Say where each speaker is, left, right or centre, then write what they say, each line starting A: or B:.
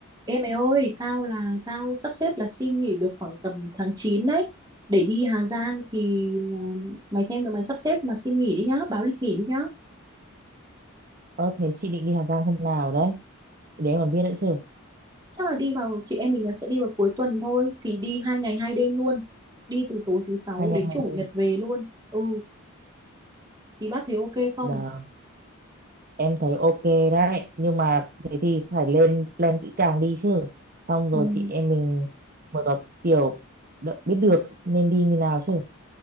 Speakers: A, on the right; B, on the right.
A: Ê mày ơi, tao là tao sắp xếp là xin nghỉ được khoảng tầm tháng 9 đấy để đi Hà Giang thì ờ, mày xem rồi mày sắp xếp mà xin nghỉ đi nhá, báo lịch nghỉ đi nhá.
B: Ơ thế chị định đi Hà Giang hôm nào đấy? Để em còn biết nữa chứ.
A: Chắc là đi vào chị em mình là sẽ đi vào cuối tuần thôi thì đi hai ngày hai đêm luôn. Đi từ tối thứ sáu
B: Hai ngày
A: đến
B: hai
A: chủ
B: đêm.
A: nhật về luôn. Ừ, thì bác thấy ok không?
B: Là em thấy ok đấy. Nhưng mà thế thì phải lên plan kỹ càng đi chứ. Xong rồi
A: Ừ,
B: chị em mình mới có kiểu đ- biết được nên đi như nào chứ.